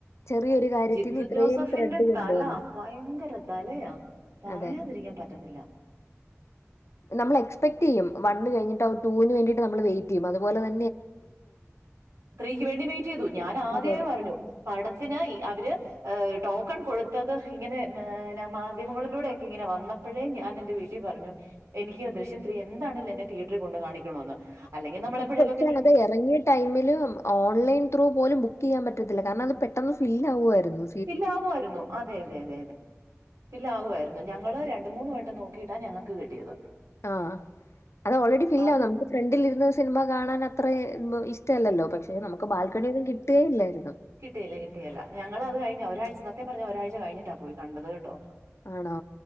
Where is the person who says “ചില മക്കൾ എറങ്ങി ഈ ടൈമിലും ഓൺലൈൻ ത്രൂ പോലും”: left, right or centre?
Left